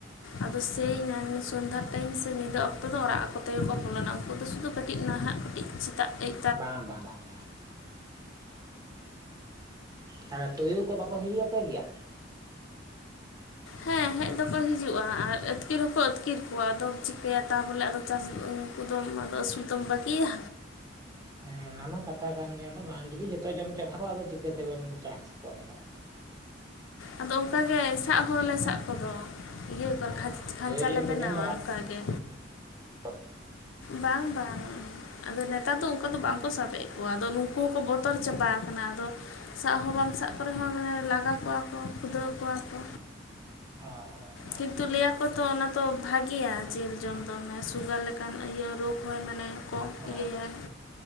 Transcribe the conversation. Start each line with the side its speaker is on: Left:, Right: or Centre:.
Left: ᱟᱫᱚ ᱥᱮᱭ ᱥᱚᱱᱫᱷᱟᱲ ᱴᱟᱭᱤᱢ ᱥᱮ ᱧᱤᱫᱟᱹ ᱚᱠᱛᱚ ᱫᱚ ᱚᱲᱟᱜ ᱟᱠᱚ ᱛᱮᱜᱮ ᱠᱚ ᱵᱚᱞᱚᱱᱟ᱾ ᱩᱱᱠᱩ ᱫᱚ ᱥᱩᱫᱩ ᱠᱟᱹᱴ ᱴᱤᱡ ᱱᱟᱦᱟᱸᱜ ᱠᱟᱹᱴᱤᱡ ᱥᱮᱛᱟᱜ ᱮᱭ
Right: ᱵᱟᱝ, ᱵᱟ ᱵᱟ ᱵᱟᱝ ᱾ ᱛᱟᱞᱮ ᱛᱩᱭᱩ ᱠᱚ ᱵᱟᱠᱚ ᱦᱤᱨᱤᱭᱟᱯᱮ ᱜᱮᱭᱟ?
Left: ᱦᱮᱸ ᱦᱮᱡ ᱫᱚᱠᱚ ᱦᱤᱡᱩᱜᱼᱟ ᱟᱨ ᱟᱹᱛᱠᱤᱨ ᱦᱚᱸ ᱠᱚ ᱟᱹᱛᱠᱤᱨ ᱠᱚᱣᱟ᱾ ᱟᱫᱚᱢ ᱪᱤᱠᱟᱹᱭᱟ ᱛᱟᱵᱚᱞᱮ ᱟᱫᱚ ᱪᱟᱥ ᱩᱠᱩᱫᱚᱢ ᱟᱫᱚ ᱟᱹᱥᱩᱞ ᱫᱚᱢ ᱵᱟᱹᱜᱤᱭᱟ?
Right: ᱦᱮᱸ ᱚᱱᱟ ᱢᱟ ᱠᱟᱛᱷᱟ ᱠᱟᱱ ᱜᱮᱭᱟ, ᱟᱫᱚ ᱵᱟᱝ ᱡᱩᱫᱤ ᱡᱷᱚᱛᱚᱭ ᱡᱚᱢ ᱪᱟᱵᱟ ᱠᱚᱣᱟ ᱟᱫᱚ ᱪᱤᱠᱟᱹᱛᱮᱵᱮᱱ ᱪᱟᱥ ᱠᱚᱜᱣᱟ ᱮᱱᱠᱷᱟᱡ?
Left: ᱟᱫᱚ ᱚᱝᱠᱟ ᱜᱮ ᱥᱟᱵ ᱦᱚᱸᱞᱮ ᱥᱟᱵ ᱠᱚᱫᱚ᱾ ᱤᱭᱟᱹ
Right: ᱚ
Left: ᱵᱟᱨᱠᱷᱟ ᱠᱷᱟᱧᱪᱟ
Right: ᱛᱩᱭᱩ ᱡᱤᱞ
Left: ᱞᱮ
Right: ᱯᱮ
Left: ᱵᱮᱱᱟᱣᱟ
Right: ᱡᱚᱢ ᱵᱟᱲᱟ
Left: ᱟᱱᱠᱟ ᱜᱮ
Right: <inaudible>
Left: ᱵᱟᱝ ᱵᱟᱝ᱾ ᱟᱫᱚ ᱱᱮᱛᱟᱨ ᱫᱚ ᱚᱝᱠᱟ ᱫᱚ ᱵᱟᱝ ᱠᱚ ᱥᱟᱵᱮᱜ ᱠᱚᱣᱟ, ᱟᱫᱚ ᱱᱩᱠᱩ ᱦᱚᱸᱠᱚ ᱵᱚᱛᱚᱨ ᱪᱟᱵᱟ ᱠᱟᱱᱟ᱾ ᱟᱫᱚ ᱥᱟᱵ ᱦᱚᱸ ᱵᱟᱢ ᱥᱟᱵ ᱠᱚᱨᱮ ᱦᱚᱸ, ᱢᱟᱱᱮ ᱞᱟᱜᱟ ᱠᱚᱣᱟ ᱠᱚ ᱠᱷᱩᱫᱟᱹᱣ ᱠᱚᱣᱟ ᱠᱚ᱾
Right: ᱟ ᱦᱚᱸ᱾
Left: ᱠᱤᱱᱛᱩ ᱞᱟᱹᱭᱟ ᱠᱚ ᱛᱚ ᱚᱱᱟ ᱫᱚ ᱵᱷᱟᱜᱮᱭᱟ ᱡᱤᱞ ᱡᱚᱢ ᱫᱚ, ᱢᱟᱱᱮ ᱥᱩᱜᱟᱨ ᱞᱮᱠᱟᱱ ᱤᱭᱟᱹ ᱨᱳᱜᱽ ᱦᱚ ᱢᱟᱱᱮ ᱠᱚ
Right: ᱦᱮᱸ
Left: ᱤᱭᱟ
Right: ᱦᱮᱸ
Left: ᱟᱨ